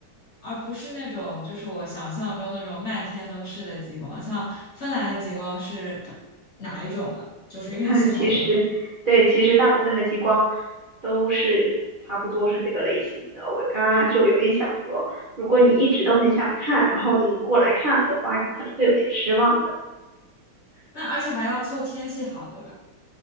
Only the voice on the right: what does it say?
<laughs> 其实，对，其实大部分的激光都是差不多是这个类型的。我刚刚就有点想说，如果你一直都很想看，然后你过来看的话，可能会有点失望的。